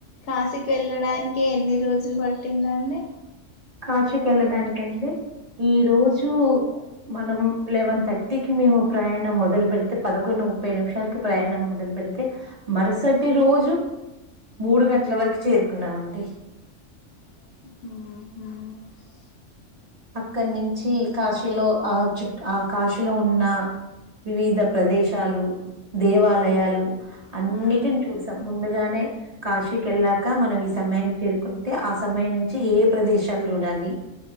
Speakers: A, on the left; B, on the right.
A: కాశీకి వెళ్ళడానికి ఎన్ని రోజులు పట్టిందండి.
B: కాచుకెళ్ళడానికండి ఈ రోజు. మనం లెవెన్ థర్టీకి మేము ప్రయాణం మొదలు పెడితే పదకొండు ముప్పై నిమిషాలు. ప్రయాణం మొదలు పెడితే మరుసటి రోజు. మూడు గంటల వరకు చేరుకున్నామండి.
A: హ.
B: అక్కడ నుంచి కాశీలో ఆ చుట్ ఆ కాశీలో ఉన్న. వివిధ ప్రదేశాలు దేవాలయాలు అన్నిటిని
A: ఉమ్
B: చూస్. ముందుగానే కాశీకి వెళ్ళాక మనం ఈ సమయానికి చేరుకుంటే ఆ సమయం నుంచి ఏ ఏ ప్రదేశాలు చూడాలి.